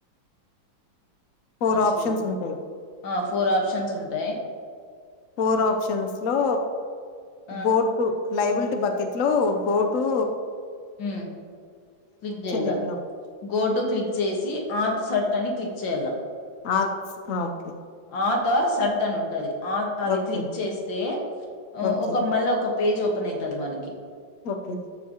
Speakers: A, on the left; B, on the left.
A: ఫోర్
B: మర్చిపోయింది
A: ఆప్షన్స్ ఉంటాయి
B: ఆ ఫోర్ ఆ ఆప్షన్స్ ఉంటాయి
A: ఫోర్ ఆప్షన్స్ లో
B: ఆ
A: గో టు లైబుల్టి బకెట్లొ గోటు
B: హ్మ్ క్లిక్ చేయాల
A: చెప్పినావ్
B: గోటు క్లిక్ చేసి ఆతు సర్ దాన్ని క్లిక్ చేయల
A: ఆక్స్ ఆ ఓకే
B: ఆ తార్ సర్ట్ అని ఉంటది ఆ అది
A: ఓకే
B: క్లిక్ చేస్తే
A: ఓకే
B: ఒక మళ్ళ ఒక పేజ్ ఓపెన్ అయితాది మనకి
A: ఓకే